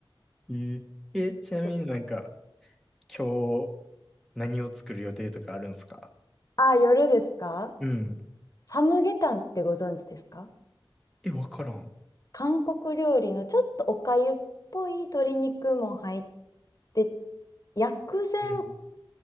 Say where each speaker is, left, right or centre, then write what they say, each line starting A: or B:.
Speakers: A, in the centre; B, on the left (about 40°).
A: えええ、ちなみになんか、
B: そう
A: 今日、何を作る予定とかあるんですか
B: あ夜ですか
A: うん。
B: サムゲタンってご存知ですか
A: え、わからん。
B: 韓国料理のちょっとおかゆっぽい鶏肉も入って、薬膳
A: うん